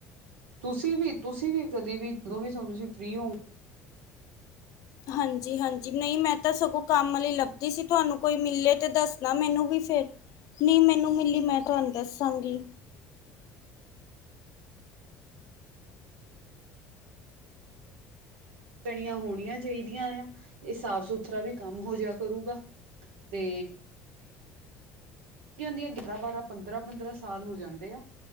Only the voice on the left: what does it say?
ਹਾਂਜੀ, ਹਾਂਜੀ ਨਈ ਮੈਂ ਤਾਂ ਸਗੋਂ ਕੰਮ ਆਲੀ ਲੱਭਦੀ ਸੀ ਤੁਹਾਨੂੰ ਕੋਈ ਮਿਲੇ ਤੇ ਦੱਸਣਾ ਮੈਨੂੰ ਵੀ ਫੇਰ ਨਈ ਮੈਨੂੰ ਮਿਲੀ ਮੈਂ ਤੁਹਾਨੂੰ ਦੱਸਾਂਗੀ